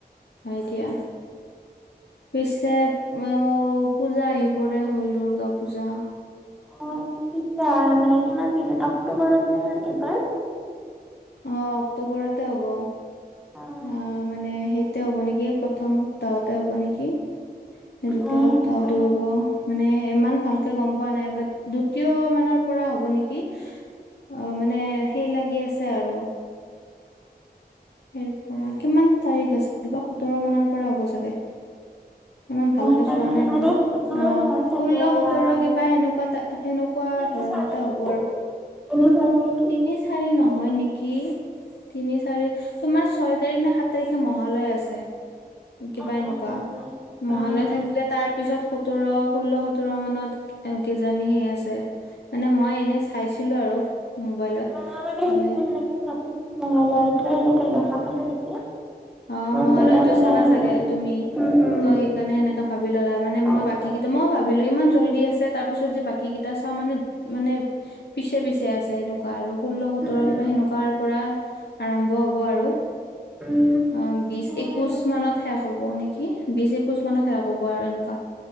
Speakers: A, on the left (about 85°); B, in the centre.
A: হয় দিয়া পিছে ঔ পূজা আহিবৰে হ'ল দুৰ্গা পূজা।
B: অ কেতিয়া মানে কিমান দিনত অক্টোবৰত নে এইবাৰ?
A: অঁ অক্টোবৰতে হ'ব।
B: অঁ।
A: অ মানে সেইটো হ'ব নেকি? প্ৰথম সপ্তাহতে হ'ব নেকি? দ্বিতীয়
B: অ'
A: সপ্তাহটো
B: সেনেকুৱাই
A: হব। মানে ইমান
B: অ'
A: ভালকে গ'ম পোৱা নাই, বাট দ্বিতীয় মানৰ পৰা হ'ব নিকি। অ' মানে সেই লাগি আছে আৰু। সে পৰা, কিমান তাৰিখ আছিল বা? সোতৰ মানৰ পৰা হ'ব চাগে। ইমান ভালকে
B: অ সিমান
A: চোৱা
B: মানে
A: নাই
B: মানে
A: বাৰু,
B: সোতৰ
A: অ'
B: নহয় চাগে
A: ষোল্ল, সোতৰ
B: এয়া
A: কিবা এনেকুৱা তে সেনেকুৱা
B: তিনি
A: ধৰণতে
B: চাৰি নেকি
A: হ'ব আৰু।
B: তিনি, চাৰি মি
A: তিনি, চাৰি নহয় নে। কি, তিনি, চাৰি তোমাৰ ছয় তাৰিখ নে, সাত তাৰিখে মহালয় আছে। কিবা
B: অ'
A: এনেকুৱা,
B: অ' অ' সেনেকুৱা
A: মহালয়
B: উম।
A: থাকিলে তাৰ। পিছত সোতৰ, ষোল্ল, সোতৰ মানত কিজানি সে আছে। মানে মই এনেই চাইছিলো আৰু। মোবাইলত
B: অ' মই মানে
A: হ'লে
B: সেইটো সেনেকে চাওঁতে, চাওঁতে, মহালয়াটোৱে সেনেকে দেখা পালো নেকি।
A: অ' মহালয়াটো
B: বুজাবলে
A: চালা চাগে
B: মানে
A: তুমি,
B: উম, উম,
A: ত' সেইকাৰণে সেনেকে ভাবি ল'লা, মানে
B: অ'
A: মই বাকী কি মই ভাবিলোঁ ইমান জল্দি আছে, তাৰপিছত যে বাকী কেইটা চাওঁ মানে মানে পিছে পিছে আছে, এনেকুৱা আৰু, ষোল্ল, সোতৰ
B: উম,
A: কিবা সেনেকুৱাৰ। পৰা আৰম্ভ হ'ব আৰু।
B: উম।
A: অ' বিশ
B: সেয়াই
A: একৈশ
B: আৰু
A: মানত শেষ হ'ব নেকি, বিশ এ একৈশ মানত শেষ হব আৰু এনেকুৱা।